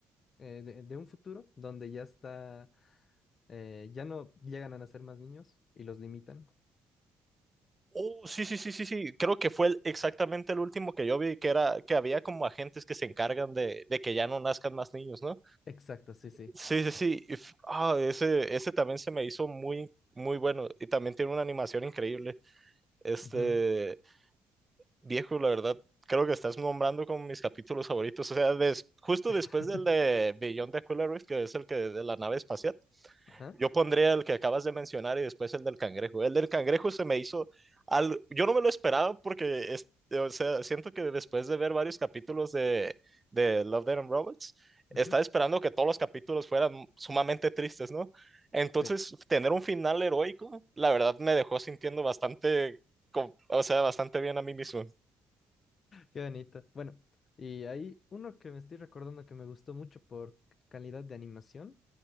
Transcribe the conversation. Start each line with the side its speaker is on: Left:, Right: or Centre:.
Left: eh, de, de un futuro donde ya está, eh, ya no llegan a nacer más niños y los limitan.
Right: oh, sí, sí, sí, sí, sí. Creo que fue el- exactamente el último que yo vi, que era que había como agentes que se encargan de, de que ya no nazcan más niños, ¿no?
Left: Exacto, sí, sí.
Right: Sí, sí, sí. y f- Ah, ese, ese también se me hizo muy, muy bueno. Y también tiene una animación increíble. Este,
Left: Ujú.
Right: viejo, la verdad, creo que estás nombrando como mis capítulos favoritos. O sea, des- justo
Left: <laughs>
Right: después del de Beyond the Aquila Rift, que es el que de la nave espacial.
Left: Ajá.
Right: Yo pondría el que acabas de mencionar y después el del cangrejo. El del cangrejo se me hizo al... Yo no me lo esperaba porque, es- o sea, siento que después de ver varios capítulos de, de Love, Death and Robots, estaba
Left: ujú, ujú,
Right: esperando que todos los capítulos fueran sumamente tristes, ¿no? Entonces,
Left: Sí.
Right: tener un final heroico, la verdad me dejó sintiendo bastante, co- o sea, bastante bien a mí mismo.
Left: Qué bonito. Bueno, y hay uno que me estoy recordando que me gustó mucho por c- calidad de animación.